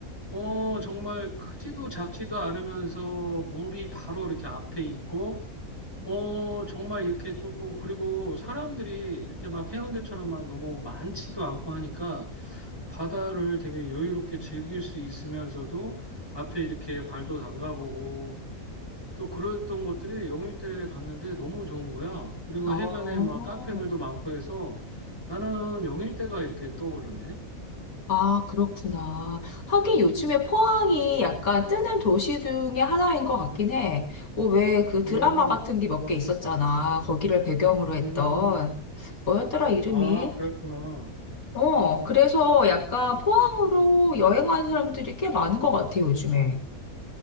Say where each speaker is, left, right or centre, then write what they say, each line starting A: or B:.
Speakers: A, on the left; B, on the left.
A: 어 정말 크지도 작지도 않으면서 물이 바로 이렇게 앞에 있고 어, 정말 이렇게 조금, 그리고 사람들이 이렇게 막 해운대처럼 막 너무 많지도 않고 하니까 바다를 되게 여유롭게 즐길 수 있으면서도 앞에 이렇게 발도 담가보고 또 그랬던 것들이 영일대에 갔는데 너무 좋은 거야. 그리고
B: 어.
A: 해변에 막 카페들도 많고 해서 나는 영일대가 이렇게 떠오르네.
B: 아, 그렇구나. 하긴 요즘에 포항이 약간 뜨는 도시 중에 하나인 것 같긴 해. 어, 왜 그 드라마
A: 음,
B: 같은 게 몇 개 있었잖아. 거기를 배경으로 했던.
A: 음.
B: 뭐였더라, 이름이?
A: 아, 그랬구나.
B: 어, 그래서 약간 포항으로 여행하는 사람들이 꽤 많은 것 같아, 요즘에.